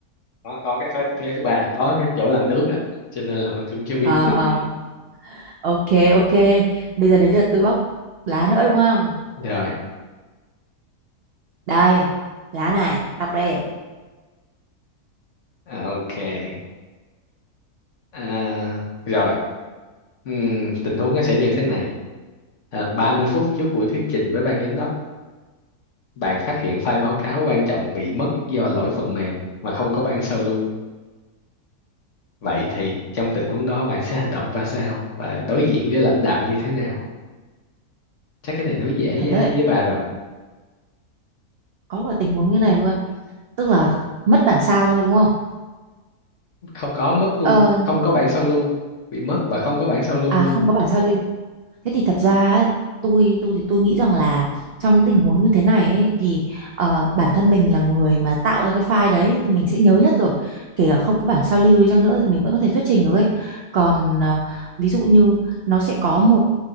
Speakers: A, on the left; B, on the right.
A: có có cái phá cái thứ ba có cái chỗ làm nước á cho nên là mình cũng chưa biết
B: Ờ,
A: <laughs>
B: ờ. ok ok bây giờ đến lượt tôi bóc lá nữa đúng không
A: rồi
B: đây lá này đọc đi
A: à, ok à, rồi Ừm, tình huống nó sẽ như thế này à, 30 phút trước buổi thuyết trình với ban giám đốc bạn phát hiện file báo cáo quan trọng bị mất do lỗi phần mềm mà không có bản sao lưu vậy thì trong tình huống đó bạn sẽ hành động ra sao và đối diện với lãnh đạo như thế nào chắc cái này đối dễ
B: thật
A: với,
B: đấy
A: với bà rồi
B: có cả tình huống như này luôn tức là mất bản sao thôi đúng không
A: không có mất luôn
B: ờ,
A: không có bản sao lưu bị mất và không có bản sao lưu
B: à
A: luôn
B: không có bản sao lưu. Thế thì thật ra ấy, tôi tôi thì tôi nghĩ rằng là trong những tình huống như thế này ấy, thì ờ, bản thân mình là người mà tạo ra cái file đấy thì mình sẽ nhớ nhất rồi. Kể cả không có bản sao lưu đi chăng nữa thì mình vẫn có thể thuyết trình được ấy. Còn ờ, ví dụ như nó sẽ có một